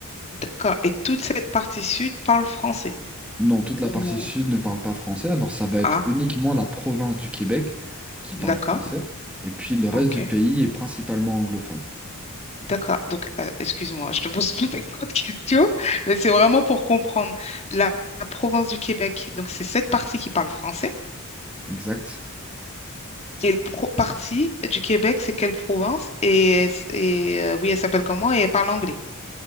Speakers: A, on the left; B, in the centre.
A: D'accord. Et toute cette partie sud parle français.
B: Non, toute la
A: Ou...
B: partie sud ne parle pas français, alors ça va être
A: Ah,
B: uniquement la province du Québec qui parle
A: d'accord.
B: français, et puis le reste
A: Ok.
B: du pays est principalement anglophone.
A: D'accord. Donc, euh, excuse-moi, je te pose plein d'autres <laughs> questions, mais c'est vraiment pour comprendre la, la province du Québec. Donc, c'est cette partie qui parle français.
B: Exact.
A: Et la pro- partie du Québec, c'est quelle province? Et, elle s- et euh, oui, elle s'appelle comment? Et elle parle anglais.